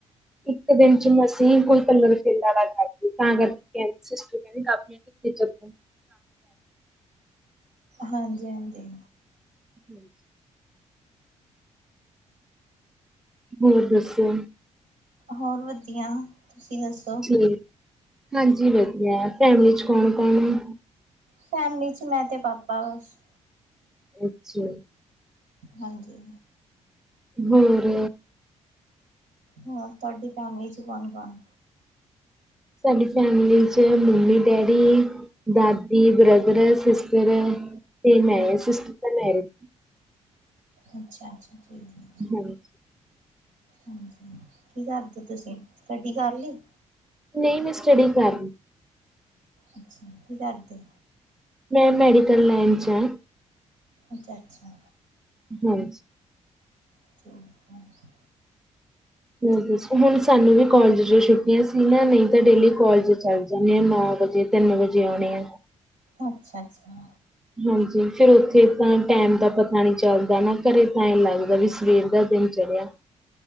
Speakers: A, in the centre; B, on the right (about 90°).
A: ਇੱਕ ਦਿਨ ਚ ਮਸੀ ਕੋਈ ਕਲਰ ਫਿਲ ਕਰਦੀ ਤਾਂ ਕਰਕੇ ਕਹਿ ਸਿਸਟਰ ਕਹਿੰਦੀ ਕਾਫੀ ਚੱਲ
B: ਹਾਂਜੀ-ਹਾਂਜੀ।
A: ਹੂੰ। ਹੋਰ ਦੱਸੋ?
B: ਹੋਰ ਵਧੀਆ, ਤੁਸੀਂ ਦੱਸੋ?
A: ਠੀਕ ਹਾਂਜੀ ਵਧੀਆ, ਫੈਮਲੀ ਚ ਕੌਣ-ਕੌਣ ਨੇ?
B: ਫੈਮਿਲੀ ਚ ਮੈਂ ਤੇ ਪਾਪਾ ਬਸ।
A: ਅੱਛਾ।
B: ਹਾਂਜੀ।
A: ਹੋਰ?
B: ਹੋਰ ਤੁਹਾਡੀ ਫੈਮਿਲੀ ਚ ਕੌਣ-ਕੌਣ?
A: ਸਾਡੀ ਫੈਮਿਲੀ ਚ ਮੰਮੀ-ਡੈਡੀ ਦਾਦੀ, ਬਰਦਰ, ਸਿਸਟਰ ਤੇ ਮੈਂ ਆ, ਸਿਸਟਰ ਤਾਂ ਮੈਰੀਡ
B: ਅੱਛਾ-ਅੱਛਾ, ਠੀਕ ਐ।
A: ਹੂੰ।
B: ਹਾਂਜੀ, ਕੀ ਕਰਦੇ ਤੁਸੀਂ ਸਟੱਡੀ ਕਰਲੀ?
A: ਨ‌ਈ ਮੈਂ ਸਟੱਡੀ ਕਰ
B: ਅੱਛਾ, ਕੀ ਕਰਦੇ?
A: ਮੈਂ ਮੈਡੀਕਲ ਲਾਈਨ ਚ ਆ।
B: ਅੱਛਾ-ਅੱਛਾ।
A: ਹਾਂਜੀ।
B: ਠੀਕ ਐ।
A: ਹੋਰ ਦੱਸੋ ਹੁਣ ਸਾਨੂੰ ਵੀ ਕੋਲਜ 'ਚ ਛੁੱਟੀਆਂ ਸੀ ਨਾ ਨਈ ਤਾਂ ਡੇਲੀ ਕੋਲਜ ਚੱਲ ਜਾਣੇ ਆ ਨੌ ਵਜੇ ਤਿੰਨ ਵਜੇ ਆਉਣੇ ਆ।
B: ਅੱਛਾ ਜੀ।
A: ਹਾਂਜੀ ਫੇਰ ਉੱਥੇ ਤਾਂ ਟੈਮ ਦਾ ਪਤਾ ਨੀ ਚੱਲਦਾ ਨਾ ਘਰੇ ਤਾਂ ਐਂ ਲੱਗਦਾ ਵੀ ਸਵੇਰ ਦਾ ਦਿਨ ਚੜਿਆ।